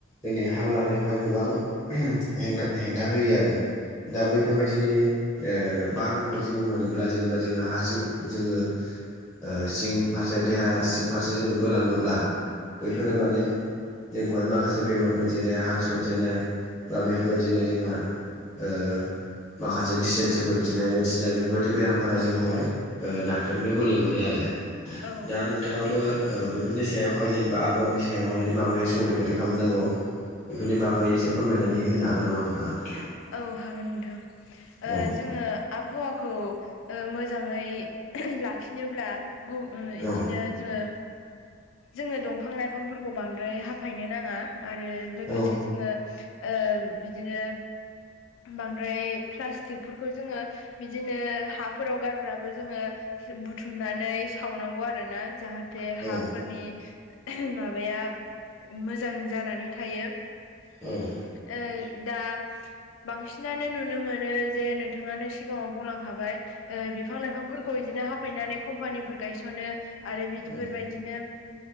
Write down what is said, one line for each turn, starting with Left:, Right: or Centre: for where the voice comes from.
Centre: जोंनि हां लानायावहाय गोबां हेंना हेंथा होयो आरो दा बेैफोरबायदि बिदिनि ओ बारफोरखौ जोंङो मोनोब्ला जेनेबा जोंङो हारसिं जोंङो ओ सिं फारसे देहा सिं फारसे जोंङो बोलाङोब्ला बैफोरो
Left: उम
Centre: माने जोंखौहाय माखासे बेमारफोर जेरै हां सरथेनाय बा बेफोरबायदिनो
Left: उम
Centre: जोंहा ओ माखासे दिसेनथ्रिफोर खिनाय बायदिसिना बेफोरबायदि बेरामफोरा जोंखौहाय ओ नाख्रेबनो बोलो मोनो आरो
Left: औ
Centre: दा नोंथांङाबो ओ बेफोरनि सायावहाय जेनेबा आबाहावानि सायावहाय माबोरै स संरैखाथि खालामनांगौ बेफोरनि बागै एसे फोरमायनानै होनो हागोन नामा नोंथांङा?
Left: औ हागोन नोंथां ओ
Centre: औ
Left: जोंङो आबाहावाखौ ओ मोजांङै लाखिनोब्ला गु ओ बिदिनो
Centre: औ
Left: जोंङो जोंङो दंफां लाइफांफोरखौ बांद्राय हाफायनो नांङा आरो लोगोसे
Centre: औ
Left: जोंङो ओ बिदिनो बांद्राय प्लास्टिकफोरखौ जोंङो बिदिनो हाफोराव गारबाबो जोंङो बुथुमनानै सावनांगौ आरो ना जाहाथे हाफोरनि
Centre: औ
Left: माबाया मोजां जानानै थायो।
Centre: औ
Left: ओ दा बांसिनानो नुनो मोनो जे नोंथाङानो सिगाङाव बुंलांखाबाय ओ बिफां लाइफांफोरखौ खौ बिदिनो हाफायनानै कम्पानिफोर गायस'नो आरो बिदिफोरबायदिनो
Centre: औ